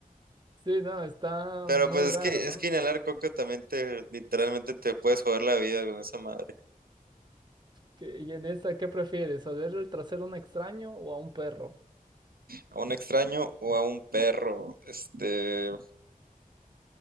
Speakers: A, on the right (about 30°); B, on the right (about 80°).
A: Sí, no, está
B: pero
A: muy
B: pues
A: raro,
B: es que
A: ¿no?
B: es que inhalar coca también te literalmente te puedes joder la vida con esa madre.
A: ¿Qué- ¿Y en esta qué prefieres? ¿Oler el trasero a un extraño o a un perro?
B: A un extraño o a un perro, este,